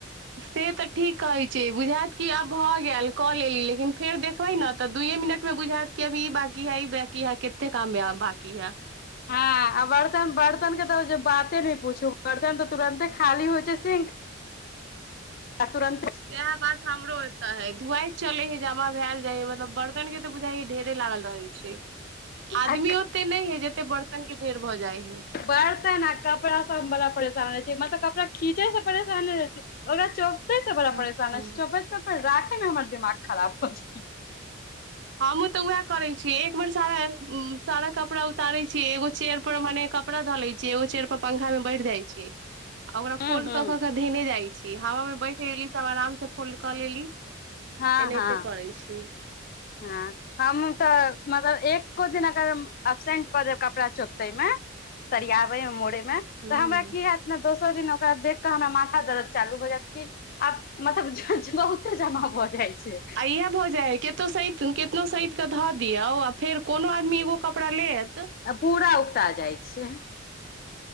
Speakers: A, on the right (about 60°); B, on the left (about 45°).
A: से तऽ ठीक कहै छीयै बुझात कि आब भऽ गेल कऽ लेलली लेकिन फेर देखबै ने तऽ दु ए मिनट म बुझायत कि अब ई बाँकी है ई बकी है कते काम आब बाँकी यऽ
B: हँ बर्तन बर्तन के तऽ बाते नहि पूछू बर्तन तऽ तुरंते खाली होइ छै से आ तुरंते
A: इएह बात हमरो एते है धुआइ चले है जमा भयल जाय है मतलब बर्तन के बुझाय ढेरे लागल रहय छै <inaudible> आदमी
B: आ
A: ओेते नहि जेते बर्तन बर्तन क ढेर भऽ जाए हे
B: बर्तन अ कपड़ा सब हम बड़ा परेशान रहै छी मतलब तऽ कपड़ा खीचै सँ परेशान नहि रहे छी ओकरा चोपते त बड़ा
A: है
B: परेशान हो चोपैत क फेर राखेमे हमर दिमाग खराब हो जाय
A: हमहु तऽ उएह करे छीयै एक बेर सारा सारा कपड़ा उतारे छीयै एगो चेयर पर मने कपड़ा डाले छिय ओ चेर पर पंखा मे बैठ जाय छै
B: <inaudible>
A: आ ओकरा फोल्ड
B: हूं
A: क क के धयने जाई छी हवा मे बैठ गेली सब आराम से फोल्ड क लेली
B: हँ
A: एनाहिते
B: हँ
A: करै छी
B: हँ हमहु तऽ मतलब एक एको दिन अगर एब्सेंट कऽ देब कपड़ा चोपते मे सरियाबे आ मोड़े मे तऽ
A: हूँ
B: हमरा की हयत ने दोसर दिन ओकरा देख कऽ हमरा माथा दर्द चालू हो जायत की आब मतलब <unintelligible> जमा भऽ जाई छै
A: इह भोजाए केतो सह केतनो सही के धऽ दियऔ आ फेर कोनो आदमी एगो कपड़ा लेत
B: आ पूरा उकटा जाई छै